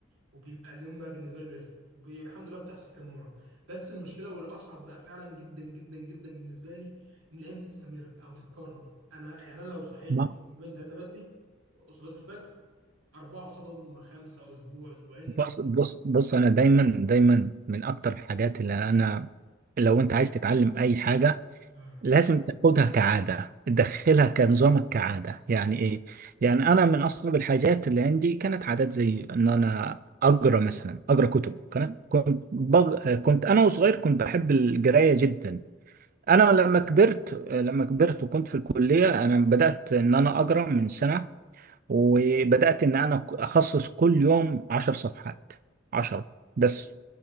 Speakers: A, on the right (about 85°); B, on the right (about 45°).
A: وبيبقى اليوم بقى بالنسبه لي بيرفكت وبي- الحمد لله بتحصل كام مره بس المشكله والاصعب بقى فعلا جدا جدا جدا بالنسبه لي ان الايام دي تستمر او تتكرر انا يعني انا لو صحيت
B: ما-
A: يومين ثلاثه بدري وصلاه الفجر اربعه قصادهم خمسه اسبوع اسبوعين
B: بص بص بص انا دايما دايما من اكتر الحاجات اللي انا لو انت عايز تتعلم اي حاجه
A: آه.
B: لازم تاخدها كعادة تدخلها كنظامك كعادة يعني إيه؟
A: يعني
B: يعني أنا من أصعب الحاجات اللي عندي كانت عادات زي إن أنا أقرأ مثلا أقرأ كتب كانت كنت بغ... كنت أنا وصغير كنت بحب القراية جدا أنا لما كبرت لما كبرت وكنت في الكلية أنا بدأت إن أنا أقرأ من سنة وبدأت إن أنا أخصص كل يوم عشر صفحات عشر بس